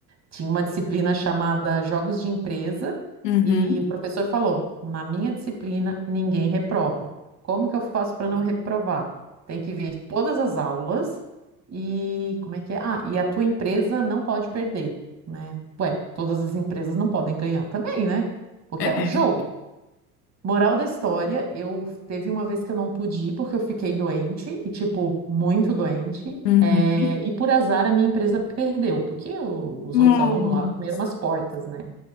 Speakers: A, on the right; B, on the left.
A: Tinha uma disciplina chamada Jogos de Empresa
B: Uhum.
A: e o professor falou: na minha disciplina ninguém reprova. Como que eu faço para não reprovar? Tem que ver todas as aulas e como é que é? Ah, e a tua empresa não pode perder, né? Ué, todas as empresas não podem ganhar também, né? Porque
B: É.
A: era um jogo. Moral da história, eu teve uma vez que eu não pude ir porque eu fiquei doente, e tipo, muito doente.
B: Uhum.
A: é, e por azar a minha empresa perdeu, porque o- os
B: Nossa.
A: outros alunos lá comeram umas portas, né?